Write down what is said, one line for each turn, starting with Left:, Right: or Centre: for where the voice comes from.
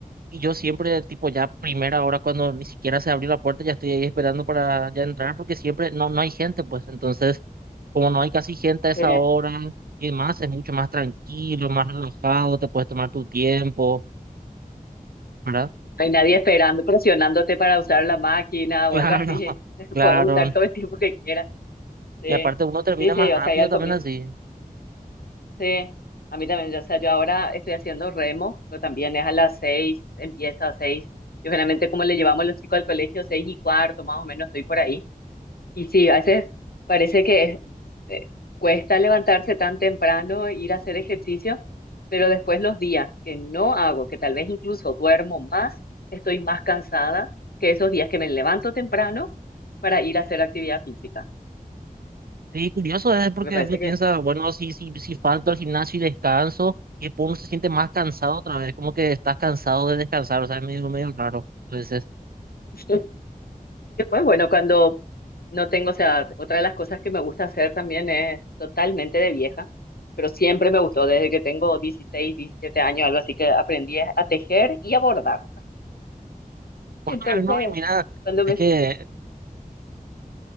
Right: y yo siempre, tipo, ya primera hora, cuando ni siquiera se abrió la puerta, ya estoy ahí esperando para ya entrar, porque siempre no, no hay gente, pues, entonces, como no hay casi gente a esa
Left: Eh,
Right: hora y demás, es mucho más tranquilo, más relajado, te puedes tomar tu tiempo, ¿verdad?
Left: no hay nadie esperando, presionándote para usar la máquina
Right: <laughs>
Left: o algo así. <laughs>
Right: Claro.
Left: Puedes usar
Right: Claro,
Left: todo el tiempo que quieras. Sí,
Right: Y aparte uno termina
Left: sí, sí,
Right: más
Left: o
Right: rápido
Left: sea, ya al
Right: también
Left: comienzo.
Right: así.
Left: Sí, a mí también, yo, o sea, yo ahora estoy haciendo remo, pero también es a las seis, empieza a seis. Yo generalmente como le llevamos los chicos al colegio, seis y cuarto, más o menos, estoy por ahí. Y sí, a veces parece que es- eh, cuesta levantarse tan temprano, ir a hacer ejercicio, pero después los días que no hago, que tal vez incluso duermo más, estoy más cansada que esos días que me levanto temprano para ir a hacer actividad física.
Right: Sí, curioso es porque
Left: Porque parece
Right: uno piensa,
Left: que
Right: bueno, si, si, si falto al gimnasio y descanso, y después uno se siente más cansado otra vez, como que estás cansado de descansar, o sea, es medio, medio raro. Entonces,
Left: <laughs> después, bueno, cuando no tengo, o sea, otra de las cosas que me gusta hacer también es totalmente de vieja, pero siempre me gustó, desde que tengo 16 17 años, algo así que aprendí a tejer y a bordar.
Right: <laughs>
Left: Entonces,
Right: bueno, no, y mira,
Left: cuando
Right: es
Left: me,
Right: que,